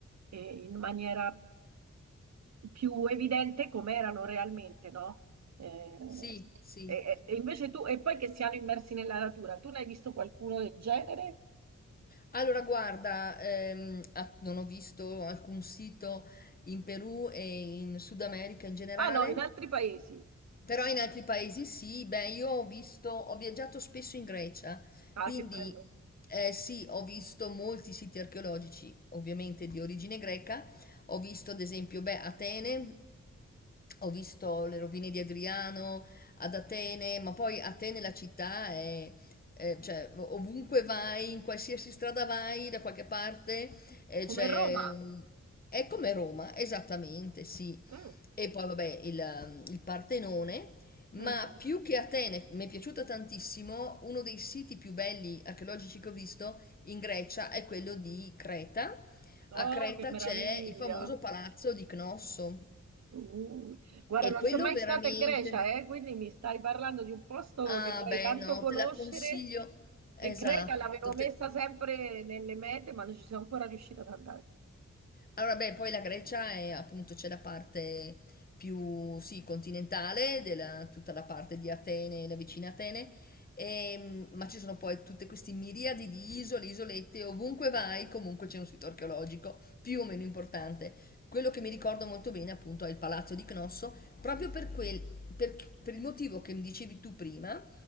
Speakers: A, on the right; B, on the left.
A: eh, in maniera più evidente come erano realmente, no? Eh,
B: Sì, sì.
A: e, e invece tu, e poi che siano immersi nella natura, tu ne hai visto qualcuno del genere?
B: Allora, guarda, ehm, ah, non ho visto alcun sito in Perù e in Sud America in generale.
A: Ah no, in altri paesi.
B: Però in altri paesi sì, beh, io ho visto, ho viaggiato spesso in Grecia,
A: Ah,
B: quindi
A: che bello.
B: eh, sì, ho visto molti siti archeologici, ovviamente di origine greca, ho visto ad esempio, beh, Atene, ho visto le rovine di Adriano ad Atene, ma poi Atene la città è, eh, cioè ovunque vai, in qualsiasi strada vai, da qualche parte, eh,
A: Come
B: c'è...
A: Roma.
B: un- È come Roma, esattamente, sì.
A: Mm,
B: E poi vabbè il, um, il Partenone, ma
A: mhm.
B: più che Atene, mi è piaciuta tantissimo, uno dei siti più belli archeologici che ho visto in Grecia è quello di Creta.
A: Oh,
B: A Creta
A: che meraviglia.
B: c'è il famoso palazzo di Cnosso
A: Uh, guarda,
B: e
A: non
B: quello
A: sono mai
B: veramente...
A: stata in Grecia, eh, quindi mi stai parlando di un posto
B: Ah
A: che vorrei
B: beh
A: tanto
B: no,
A: conoscere
B: te la consiglio.
A: e
B: Esatto.
A: Creta l'avevo
B: te-
A: messa sempre nelle mete, ma non ci sono ancora riuscita ad andare.
B: Allora, beh, poi la Grecia è appunto c'è la parte più sì, continentale, della, tutta la parte di Atene, la vicina Atene, e, ma ci sono poi tutte queste miriadi di isole, isolette, ovunque vai comunque c'è un sito archeologico più o meno importante. Quello che mi ricordo molto bene appunto è il palazzo di Cnosso, proprio per, quel, per, per il motivo che mi dicevi tu prima,